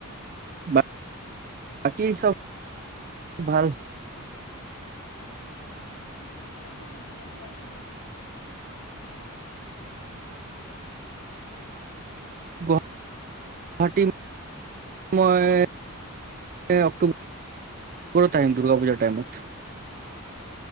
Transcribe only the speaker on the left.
অ আৰু গুৱাহাটী কেতিয়া আহিবা